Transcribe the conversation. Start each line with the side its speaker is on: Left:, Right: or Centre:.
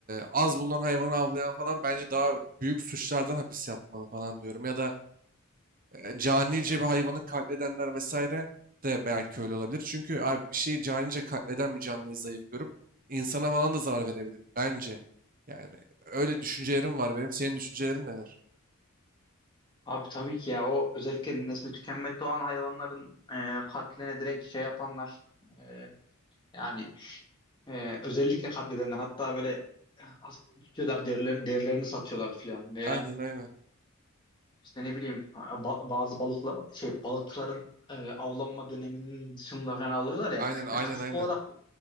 Right: az bulunan hayvanı avlayan falan bence daha büyük suçlardan hapis yatmalı falan diyorum. Ya da e, canice bir hayvanı katledenler vesaire de belki öyle olabilir. Çünkü abi bir şeyi canice katleden bir canlıyı zayıf görüp insana falan da zarar verebilir bence. Yani öyle düşüncelerim var benim. Senin düşüncelerin neler?
Left: Abi tabii ki ya o özellikle nesli tükenmekte olan hayvanların e, katline direkt şey yapanlar e, yani e, özellikle katledenler hatta böyle as- tutuyorlar derilerini, derilerini satıyorlar filan veya
Right: Aynen aynen.
Left: işte ne bileyim ba- bazı balıkla şey balıkların e, avlanma döneminin dışında falan alıyorlar ya,
Right: Aynen aynen
Left: Yani kasıtlı
Right: aynen.
Left: olarak